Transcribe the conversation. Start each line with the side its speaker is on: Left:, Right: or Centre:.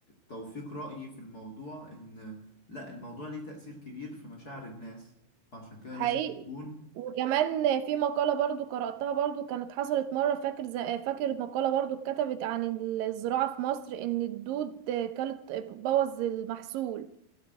Left: توفيق رأيي في الموضوع ان لا الموضوع ليه تأثير كبير في مشاعر الناس فعشان كده
Right: حقيقي
Left: لازم تكون
Right: وكمان في مقالة برضو قرأتها برضو كانت حصلت مرة فاكر ز- فاكر مقالة برضو اتكتبت عن الزراعة في مصر إن الدود كانت بوظ المحصول